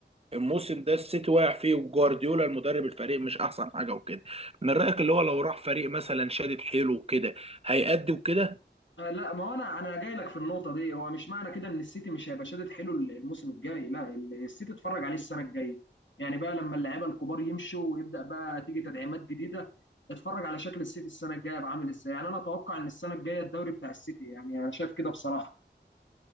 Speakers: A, on the right (about 35°); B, on the left (about 90°).
A: الموسم ده السيتي واقع فيه وجوارديولا المدرب الفريق مش احسن حاجة وكده من رأيك اللي هو لو راح فريق مثلا شادد حيله وكده هيأدي وكده
B: آه، لا ما هو انا انا جاي لك في النقطه دي هو مش معنى كده ان السيتي مش هيبقى شادد حلو الموسم الجاي لا السيتي اتفرج عليه السنه الجايه يعني بقى لما اللعيبه الكبار يمشوا ويبدا بقى تيجي تدعيمات جديده اتفرج على شكل السيتي السنه الجايه بقى عامل ازاي يعني انا اتوقع ان السنه الجايه الدوري بتاع السيتي يعني انا شايف كده بصراحه